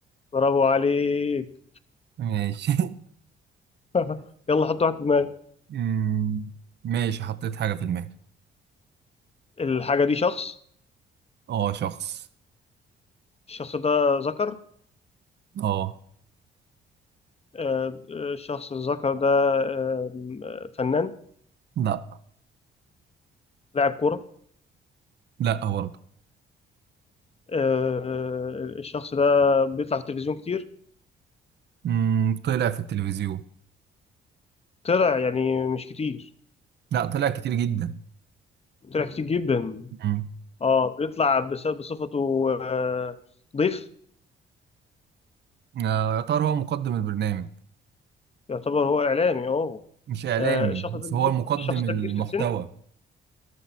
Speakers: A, on the left; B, on the right.
A: برافو عليك
B: ماشي
A: <laughs> يلا حط واحد في دماغك
B: <laughs> أمم، ماشي حطيت حاجة في دماغي
A: الحاجة دي شخص
B: آه شخص
A: الشخص ده ذكر
B: آه
A: آه، آه، الشخص الذكر ده آه، آه، فنان
B: لا
A: لاعب كورة
B: لا برضه
A: آه، الشخص ده بيطلع في التلفزيون كتير
B: أمم، طلع في التلفزيون
A: طلع يعني مش كتير
B: لا طلع كتير جدا
A: طلع كتير جدا
B: أمم،
A: اه بيطلع بس- بصفته آه، ضيف
B: آه، يا ترى هو مقدم البرنامج
A: يعتبر هو إعلامي اه
B: مش إعلامي
A: آه، الشخص
B: بس
A: ده كبير
B: هو مقدم
A: الشخص ده
B: المحتوى
A: كبير في السن